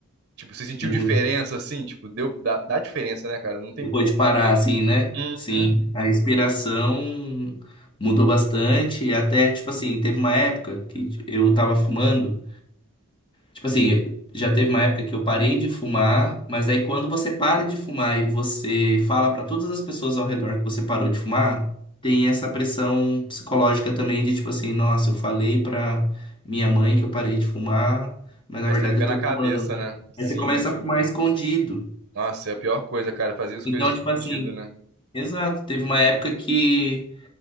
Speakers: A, on the right; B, on the left.
A: tipo, você sentiu
B: Mu-
A: diferença assim, tipo, deu dá, dá diferença, né, cara? Não tem
B: Depois
A: como.
B: de parar, assim, né?
A: Uhum.
B: Sim, a respiração mudou bastante, e até, tipo assim, teve uma época que eu tava fumando. Tipo assim, já teve uma época que eu parei de fumar, mas aí quando você para de fumar e você fala pra todas as pessoas ao redor que você parou de fumar, tem essa pressão psicológica também de tipo assim, nossa, eu falei pra minha mãe que eu parei de fumar, mas na
A: Aí
B: verdade
A: você fica
B: eu
A: na
B: tô
A: cabeça,
B: fumando.
A: né? Sim.
B: Aí você começa a fumar escondido.
A: Nossa, é a pior coisa, cara, fazia as
B: Então,
A: coisas escondido,
B: tipo assim,
A: né?
B: exato, teve uma época que